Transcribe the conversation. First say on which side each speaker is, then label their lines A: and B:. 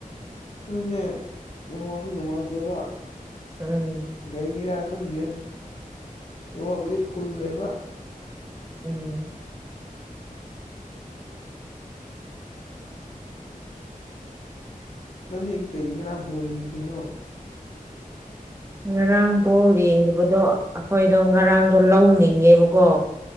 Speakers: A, on the left (about 45°); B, on the right (about 20°).
A: ꯑꯗꯨꯅꯦ ꯅꯦꯠꯋꯥꯛꯁꯦ ꯅꯨꯡꯉꯥꯏꯇꯦꯕ
B: ꯎꯝ
A: ꯒꯔꯤꯒꯤꯔꯥ ꯈꯪꯗꯦ ꯅꯦꯋꯥꯛꯄꯨꯗꯤ ꯐꯨꯜ ꯂꯩꯕ
B: ꯎꯝ
A: ꯅꯪꯗꯤ ꯀꯩꯒꯤ ꯉꯔꯥꯡ ꯕꯣꯜ ꯌꯦꯡꯗ꯭ꯔꯤꯅꯣ
B: ꯉꯔꯥꯡ ꯕꯣꯜ ꯌꯦꯡꯗꯕꯗꯣ ꯑꯈꯣꯏꯗꯣ ꯉꯔꯥꯡꯗꯣ ꯂꯧ ꯂꯤꯡꯉꯦꯕꯀꯣ